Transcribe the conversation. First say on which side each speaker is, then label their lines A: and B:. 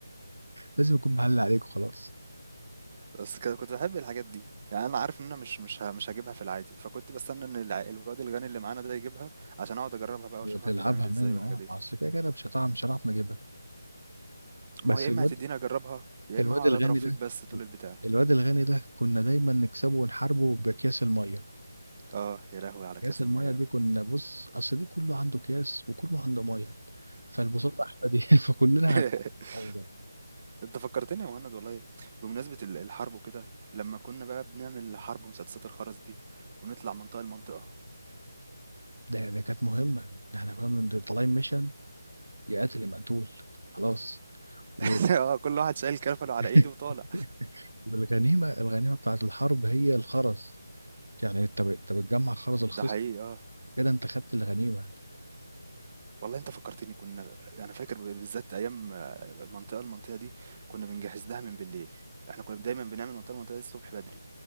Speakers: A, on the right (about 75°); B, on the right (about 30°).
A: لازم يكون معلي عليك وخلاص
B: بس ك- كنت بحب الحاجات دي يعني انا عارف ان انا مش مش ه- مش هجيبها في العادي فكنت بستنى ان الع- الواد الغني اللي معانا ده يجيبها عشان اقعد اجربها بقى واشوفها
A: وتلعبها
B: بتتعمل ازاي
A: منه
B: والحاجات
A: اه
B: دي
A: ما اصل كده كده مش هتعرف مش هنعرف نجيبها
B: ما
A: بس
B: هو يا اما
A: الواد
B: هتديني اجربها يا
A: الواد
B: اما هقعد
A: الغني
B: اضرب فيك
A: ده
B: بس طول البتاع
A: الواد الغني ده كنا دايما نكسبه ونحاربه باكياس الميه
B: اه يا لهوي على
A: اكياس
B: كاس
A: الميه
B: الميه
A: دي كنا بص اصل دي كله عنده اكياس وكله عنده ميه فالبساطه احنا دي <laughs> فكلنا
B: <laughs>
A: هنحفظها
B: انت فكرتني يا مهند والله بمناسبة ال- الحرب وكده لما كنا بقى بنعمل حرب مسدسات الخرز دي ونطلع منطقة لمنطقة
A: ده ده كانت مهمه ده احنا كنا بن- طالعين ميشن يا قاتل يا مقتول خلاص و-
B: <laughs> اه كل واحد شايل كرفله على
A: <laughs>
B: ايده وطالع
A: والغنيمه الغنيمه بتاعت الحرب هي الخرز يعني انت ب- انت بتجمع خرز الخصم
B: ده حقيقي اه
A: كده انت خدت الغنيمه
B: والله انت فكرتني كنا ب- انا فاكر ب- بالذات ايام آه، منطقة المنطقة دي كنا بنجهز لها من بالليل احنا كنا دايما بنعمل منطقة المنطقة دي الصبح بدري